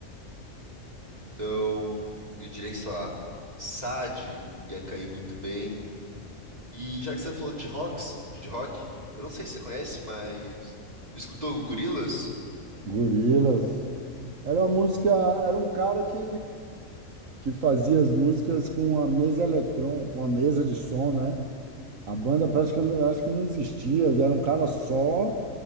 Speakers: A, on the right; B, on the right.
A: Então, eu diria que, sei lá, Sade ia cair muito bem. E já que você falou de rocks, de rock, eu não sei se você conhece, mas escutou o Gorillaz?
B: Gorilas. Era uma música, era um cara que, que fazia as músicas com a mesa eletrônica, com a mesa de som, né? A banda praticamente, acho que não existia, era um cara só